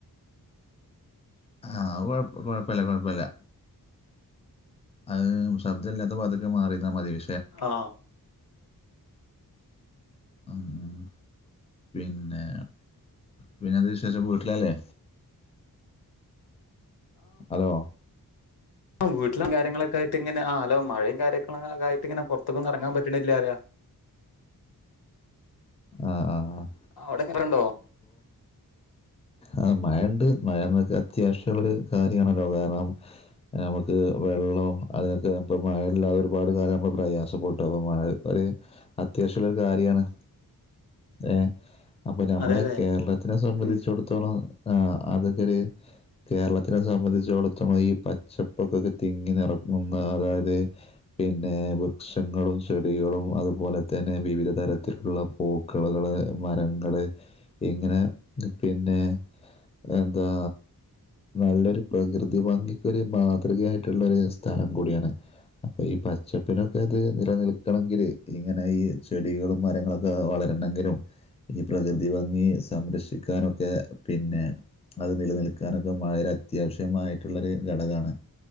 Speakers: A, on the left; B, on the left.
A: ആ അത് കൊഴപ്പ കൊഴപ്പല്ല കൊഴപ്പല്ല അഹ് ശബ്ദം ഇല്ലാത്ത ഭാത്ത്ക്ക് മാറിന്നാ മതിയേ
B: ആ
A: ഉം ഉം പിന്നെ പിന്നെ എന്ത് വിശേഷം പോ ട്ട്ലല്ലേ അലോ
B: ആ വീട്ടിലെ കാര്യങ്ങളൊക്കെ ആയിട്ട് ഇങ്ങനെ ആ ഹലോ മഴയും കാര്യക്കങ്ങ <unintelligible> ഇങ്ങനെ പൊർത്ത്ക്കൊന്നും അർങ്ങാൻ പറ്റ്ണ്ല്ല അറിയാ
A: അ ആ ആ
B: ആ അവിടെക്കെണ്ടോ
A: ആ മഴണ്ട് മഴ നമ്മക്ക് അത്യാവശ് <unintelligible> കാര്യാണല്ലോ കാരണം നമുക്ക് വെള്ളം അതിനൊക്കെ ഇപ്പം മഴയില്ലാതെ ഒരുപാ ഒരു കാലം നമ്മള് പ്രയാസപെട്ടപ്പൊ മഴ ഒര് അത്യാവശ്യള്ള ഒരു കാര്യാണ്. ഏ അപ്പൊ ഞമ്മള്
B: അതെ അതെ
A: കേരളത്തിനെ സംബന്ധിച്ചോട്‌ത്തോളം
B: ഉം
A: ആ അതൊക്കെ ഒര് കേരളത്തിനെ സംബന്ധിച്ച <unintelligible> പച്ചപ്പൊക്കൊക്കെ തിങ്ങി നിറങ്ങുന്ന അതായത് പിന്നെ വൃക്ഷങ്ങളും ചെടികളും അതുപോലെ തന്നെ വിവിധ തരത്തിലുള്ള പൂക്കളുകള് മരങ്ങള് ഇങ്ങനെ പിന്നെ എന്താ നല്ലൊരു പ്രകൃതി ഭംഗിക്ക് ഒരു മാതൃകയായിട്ടുള്ള ഒരു സ്ഥലം കൂടിയാണ് അപ്പൊ ഈ പച്ചപ്പിനൊക്കെ ഇത് നിലനിൽക്കണങ്കില് ഇങ്ങനെ ഈ ചെടികളും മരങ്ങളൊ വളരണെങ്കിലും ഈ പ്രകൃതി ഭംഗി സംരക്ഷിക്കാനൊക്കെ പിന്നെ അത് നിലനിൽക്കാനൊക്കെ മഴര അത്യാവശ്യമായിട്ടുള്ളരു ഘടകാണ്.